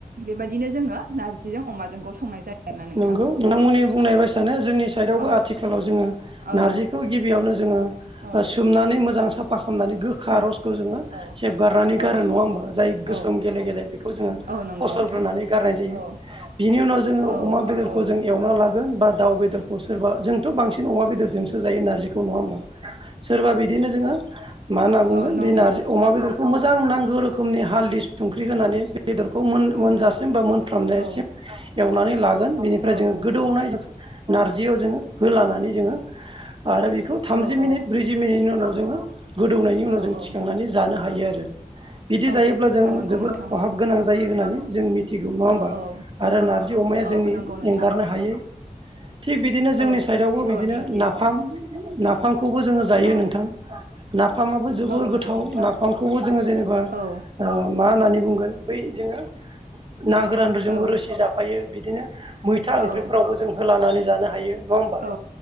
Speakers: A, on the right (about 90°); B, on the right (about 35°).
A: बेबायदिनो जोङो नारजिजों अमाजों खौ संनाय जायो। आरोना नोंथां
B: नंगौ नोंथांमोननि बुंनाय बायसानो जोंनि साइडआवबो
A: औ
B: आथिखालाव जोङो
A: औ
B: नारजिखौ गिबियावनो जों
A: औ
B: सोमनानै मोजां सा फा खामनानै गोखा
A: औ
B: रसखौ जोङो
A: औ
B: सेबगारनानै गारो
A: औ
B: नङा होमबा? जाय गोसोम
A: औ
B: गेले गेले बेखौ जोङो
A: औ नंगौ
B: फसरग्रोनानै
A: नोंथां
B: गारनाय जायो
A: औ
B: बिनि उनाव जोङो
A: औ
B: अमा बेदरखौ
A: औ
B: जों एवना लागोन बा दाउ बेदरखौ सोरबा जोंथ' बांसिन बांसिन अमा बेदरजोंसो जायो नारजिखौ नङा होमबा सोरबा बिदिनो जोङो मा होनना बुंगोन
A: औ नंगौ
B: बे
A: नोंथां
B: नारजि अमा बेदरखौ मोजां नांगौ रोखोमनि हालदै संख्रि होनानै बेदरखौ मोनजासिम
A: औ
B: बा मोनफ्रामनायसिम
A: औ
B: एवनानै लागोन बेनिफ्राय
A: औ
B: जोङो गोदौनाय नारजियाव जोङो होलानानै जोङो आरो बेखौ
A: औ
B: थामजि
A: औ
B: मिनिट ब्रैजि मिनिटनि उनाव जोङो गोदौनायनि
A: औ
B: उनाव जों थिखांनानै जानो हायो आरो। बिदि
A: औ
B: जायोब्ला जों
A: नंगौ
B: जोबोर
A: नोंथां
B: खहाब
A: औ
B: गोनां जायो होननानै जों मि थिगौ नङा
A: औ
B: होमबा? आरो नारजि अमाया जोंनि
A: औ नंगौ नोंथां
B: एंगारनो हायै। थिग बिदिनो जोंनि
A: औ
B: साइडावबो
A: बर'नि
B: बिदिनो
A: ओंख्रि
B: नाफाम
A: औ
B: नाफामखौबो जोङो जायो
A: औ
B: नोंथां। नाफामाबबो जोबोर
A: औ
B: गोथाव
A: नंगौ नोंथां
B: नाफामखौबो जोङो जेनेबा
A: औ
B: ओ मा होननानै बुंगोन बै जोङो ना गोरानजोंबो
A: औ
B: रोसि जाफायो बिदिनो मैथा ओंख्रिफोरावबो
A: औ
B: जों होलानानै जानो हायो। नङा होमबा
A: औ